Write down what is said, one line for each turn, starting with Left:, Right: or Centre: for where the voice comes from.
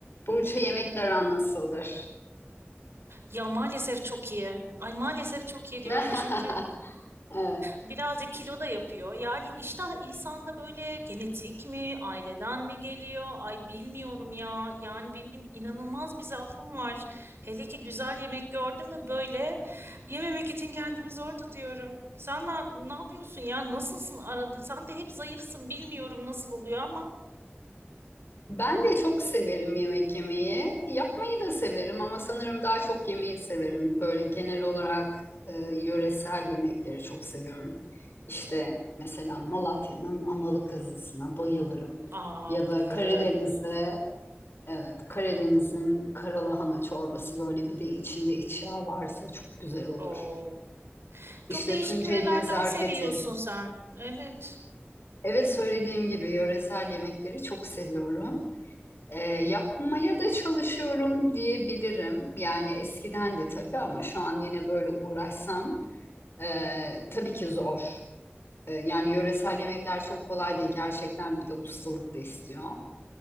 Left: Burç'a yemekler aran nasıldır?
Right: Ya maalesef çok iyi. Ay maalesef çok iyi diyorum
Left: <laughs>
Right: çünkü
Left: Evet.
Right: birazcık kilo da yapıyor. Yani iştah insanda böyle genetik mi, aileden mi geliyor? Ay bilmiyorum ya. Yani benim inanılmaz bir zaafım var. Hele ki güzel yemek gördüm mü böyle yememek için kendimi zor tutuyorum. Sen ne, yap- ne yapıyorsun ya? Nasılsın arada? Sen de hep zayıfsın. Bilmiyorum nasıl oluyor ama.
Left: Ben de çok severim yemek yemeyi. Yapmayı da severim ama sanırım daha çok yemeyi severim. Böyle genel olarak e, yöresel yemekleri çok seviyorum. İşte mesela Malatya'nın analı kızlısına bayılırım.
Right: Aa
Left: Ya da
Right: bayılırım.
Left: Karadeniz'de evet Karadeniz'in karalahana çorbası böyle bir de içinde iç yağ varsa çok güzel olur.
Right: Oo.
Left: İşte
Right: Çok değişik
Left: Tunceli'nin
Right: yörelerden
Left: zarfeti
Right: seviyorsun sen. Evet.
Left: Evet söylediğim gibi yöresel yemekleri çok seviyorum. Ee, yapmaya da çalışıyorum diyebilirim. Yani eskiden de tabii ama şu an yine böyle uğraşsam e, tabii ki zor. E, yani yöresel yemekler çok kolay değil. Gerçekten bir de ustalık da istiyor.